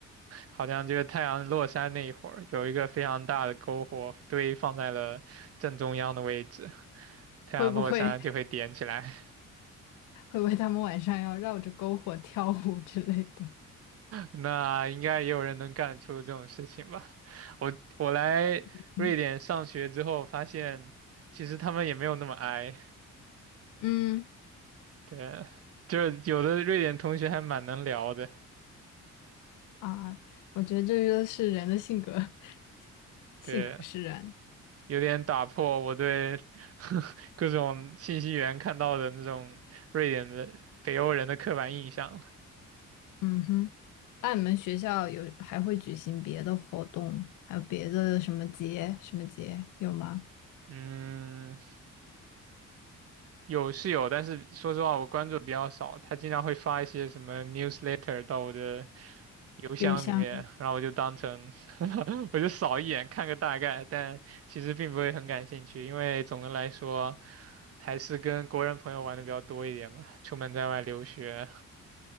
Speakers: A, on the right; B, on the left.
A: 好像就是太阳落山那一会儿，有一个非常大的篝火堆放在了正中央的位置，
B: <laughs>
A: 太阳落山就会点起来。
B: 会不会 <laughs> 会不会他们晚上要绕着篝火跳舞之类的？
A: 那应该也有人能干出这种事情吧？<laughs> 我我来瑞典上学之后，
B: <laughs> 嗯，
A: 发现其实他们也没有那么 i，
B: 嗯
A: 对，就是有的瑞典同学还蛮能聊的，
B: 啊，我觉得这就是人的性格，<laughs>
A: 对，
B: 性格使然。
A: 有点打破我对 <laughs> 各种信息源看到的那种瑞典的北欧人的刻板印象了。
B: 嗯哼，那你们学校有还会举行别的活动，还有别的什么节什么节有吗？
A: 嗯，有是有，但是说实话，我关注比较少。他经常会发一些什么 newsletter 到我的邮箱里面，
B: 有像。
A: 然后我就当成 <laughs> 我就扫一眼看个大概，但其实并不会很感兴趣，因为总的来说还是跟国人朋友玩的比较多一点嘛，出门在外留学，